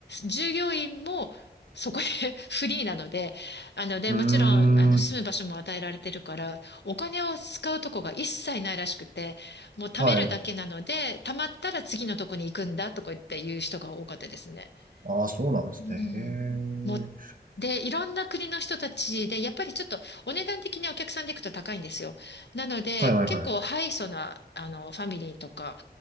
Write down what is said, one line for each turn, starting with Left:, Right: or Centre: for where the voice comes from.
Left: 従業員もそこで <laughs> フリーなので、あの、で、
Right: うー
Left: もちろん、あの、住む場所も与えられてるから、
Right: ん。
Left: お金を使うとこが一切ないらしくて、もう貯めるだけなので、
Right: はい。
Left: 貯まったら次のとこに行くんだとか言って言う人が多かったですね。
Right: ああ、そうなんですね。
Left: うん。
Right: へえ。
Left: もう、で、いろんな国の人たちで、やっぱりちょっとお値段的にお客さんで行くと高いんですよ。なので、
Right: はいはいはい。
Left: 結構ハイソな、あの、ファミリーとか、